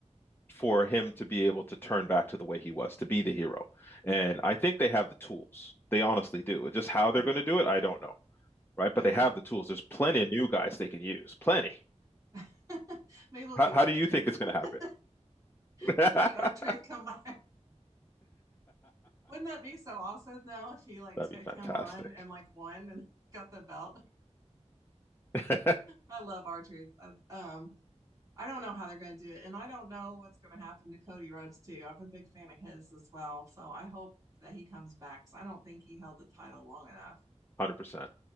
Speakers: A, on the left; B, on the right.
A: for him to be able to turn back to the way he was, to be the hero. And I think they have the tools. They honestly do. Just how they're
B: Yeah.
A: going to do it, I don't know, right? But
B: Yeah.
A: they
B: I
A: have
B: don't.
A: the tools. There's plenty of new guys they can use. Plenty.
B: <laughs> Maybe it'll
A: How,
B: be
A: how
B: our
A: do
B: truth.
A: you think it's
B: <laughs>
A: going
B: Maybe
A: to happen?
B: it'll be our truth
A: <laughs>
B: come by. Wouldn't that be so awesome though if he like
A: That'd
B: took
A: be fantastic.
B: him on and like won and <laughs> got the belt?
A: <laughs>
B: I love R Truth. Um, I don't know how they're going to do it, and I don't know what's going to happen to Cody Rhodes too. I'm a big fan of his as well, so I hope that he comes back. So I don't think he held the title long enough.
A: 100%.